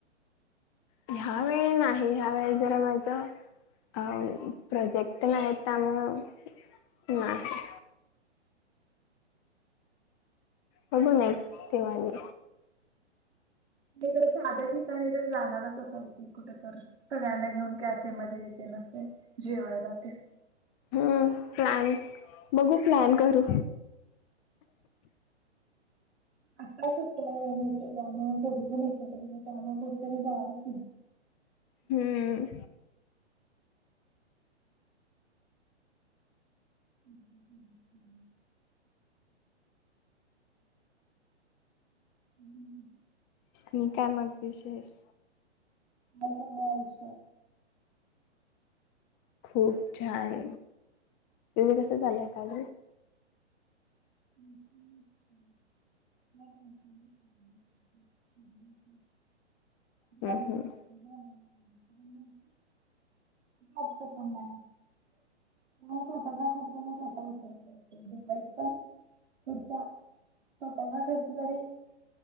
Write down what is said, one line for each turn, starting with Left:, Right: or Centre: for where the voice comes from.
Left: ह्या वेळी नाही ह्या वेळी जरा माझ अ प्रोजेक्ट नाही त्यामुळं नाही होग नाहीस दिवाली
Right: म्ह साध्या ठिकाणी तर जाणारच असाल की कुठ तर तर गा घेऊन क फेमज य न जेवायला ते
Left: हम्म प्लॅन बघू प्लॅन करू
Right: आता सुट्ट त्यान सगजण यत्र जान कुठतरी जा नाही
Left: हम्म
Right: हम् हम् हम्म हम्म हम्म
Left: आणि न कायमग विशेष
Right: आ वा
Left: खूप छान तुझे कसं चाललंय काल
Right: ह् ह् ह् नाही् ह ह
Left: हम्म
Right: ह
Left: हम्म.
Right: हो पण नाही स्वतःचा खर्चचाला दिवाळीत पण पुचा स्वतला खर्च तरी